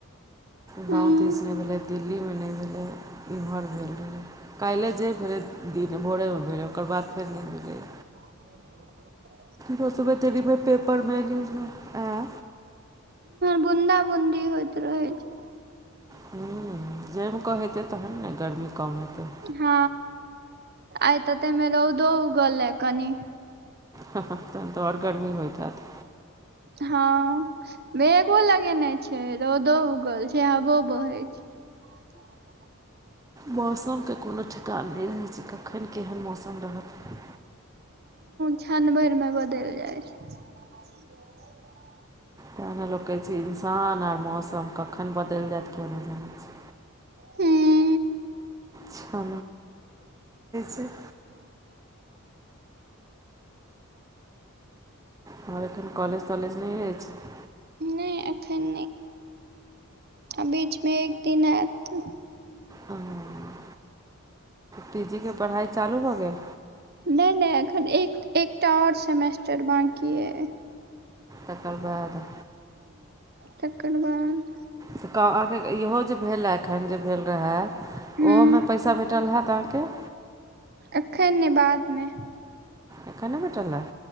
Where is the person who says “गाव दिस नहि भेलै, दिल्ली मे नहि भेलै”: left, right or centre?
Right